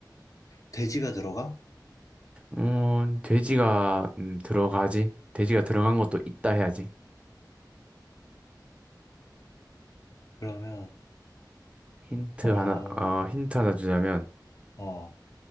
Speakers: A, on the left (about 45°); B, on the right (about 15°).
A: 돼지가 들어가?
B: 음, 돼지가, 음, 들어가지? 돼지가 들어간 것도 있다 해야지.
A: 그러면,
B: 힌트
A: 어,
B: 하나, 어, 힌트 하나 주자면,
A: 어,